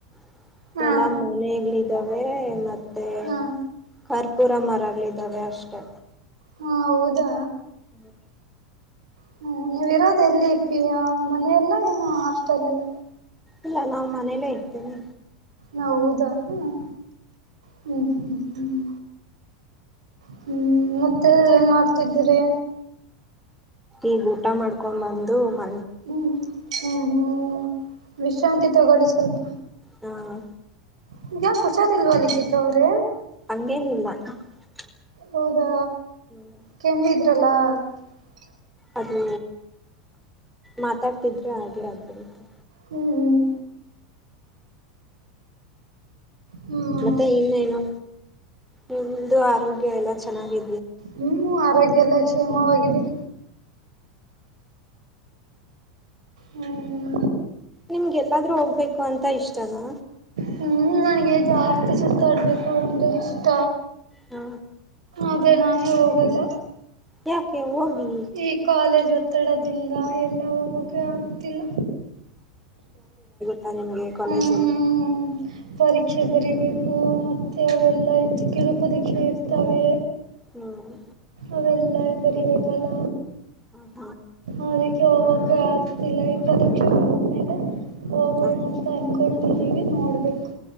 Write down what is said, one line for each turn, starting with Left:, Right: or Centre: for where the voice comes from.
Centre: <unintelligible>
Right: ಹಾ
Centre: ಮನೆಗ್ಲಿ, <unintelligible> ಮತ್ತು,
Right: ಹಾ
Centre: ಕರ್. <unintelligible> ಪೂರ ಮರಗಳು ಇವೆ ಅಷ್ಟೇ.
Right: ಹಾ ಹೌದಾ.
Centre: ಹ್ಮ
Right: ಹ್ಮ, ನೀವಿ ಇರೋದು ಎಲ್ಲಿ ಪ, <unintelligible> ಮನೆಯಲ್ಲ ಇನ್ನು ಹಾಸ್ಟೆಲ್ ಎಲ್ಲ.
Centre: ಇಲ್ಲ, ನಾವು ಮನೇಲ್ಲೇ ಇರ್ತೀನಿ.
Right: ಹೌದಾ. ಹ್ಮ್ ಹ್ಮ್ ಹ್ಮ್ ಹ್ಮ್ ಹ್ಮ್, ಮತ್ತೆ ಏನ್ ಮಾಡ್ತಿದ್ದೀರಿ.
Centre: ಈಗ, ಊಟ ಮಾಡ್ಕೊಂಡ್ ಬಂದು ಮ
Right: ಹ್ಮ್ ಹ್ಮ್ ಹ್ಮ್ <unintelligible> ವಿಶ್ರಾಂತಿ ತಗೊಳ್ಳಿ ಸ್ವಲ್ಪ.
Centre: ಹಾ <unintelligible>
Right: ನಿಮಗೆ ಯಾಕೆ ಹುಷಾರಿಲ್ವಾ ಲಿಖಿತ್ ಅವ್ರೆ.
Centre: ಹಂಗೇನಿಲ್ಲ, <unintelligible>
Right: ಹೌದಾ,
Centre: ಹ್ಮ್
Right: ಕೆಮ್ಮ ಇದೆ. ಚಲಾಗ <unintelligible>
Centre: ಅದು ಮಾತಾಡ್ತಿದ್ರೆ ಹಾಗೆ ಆಗ್ಬರುತ್ತೆ
Right: ಹ್ಮ್ ಹ್ಮ್
Centre: ಮತ್ತೆ ಇನ್ನೇನು ನಿಮ್ದ ಆರೋಗ್ಯ ಎಲ್ಲ ಚೆನ್ನಾಗಿ
Right: ಹ್ಮ್ ಆರೋಗ್ಯ ಇದೆಲ್ಲಾ ಕ್ಷೇಮವಾಗಿದೆ <unintelligible> ಹ್ಮ್ಮ್
Centre: ನಿಮ್ಗೆಲ್ಲಾದ್ರೂ ಹೋಗ್ಬೇಕು ಅಂತ ಇಷ್ಟನಾ
Right: ಹ್ಮ್ ನನಗೆ ಜಾ ಅಸ ಕಡಬೇಕು ಅಂದ್ರೆ ಇಷ್ಟ
Centre: ಹಾ
Right: ಅದೇ ನಾನೇ ಹೋಗಲ್ಲ
Centre: ಯಾಕೆ ಹೋಗಿ
Right: ಈ ಕಾಲೇಜ್ ಒತ್ತಡದಿಂದ ಎಲ್ಲ ಹೋಗೂ ೆ ಆಗ್ತಿಲ್ಲ
Centre: ನಿಮಗೆ ಕಾಲೇಜಲ್ಲಿ
Right: ಹ್ಮ್ ಪರೀಕ್ಷೆ ಬರೀಬೇಕು ಮತ್ತೆ ಅವೆಲ್ಲ ಇತ್ತು ಕೆಲ ಪರೀಕ್ಷೆ ಇರ್ತವೆ
Centre: ಹ್ಮ್
Right: ಅವೆಲ್ಲ ಬರಿಬೇಕಲ್ಲ
Centre: ಹಾ
Right: ಅದಕ್ಕೆ ಹೋಗ ಸಿಲ ಈ ಪ್ರದಕ್ಷ ಮೇಲೆ ಹೋಗೋಣ
Centre: ಹ
Right: ಅಂತ ಅನ್ಕೊಂಡು ಗ ನೋಡಬೇಕು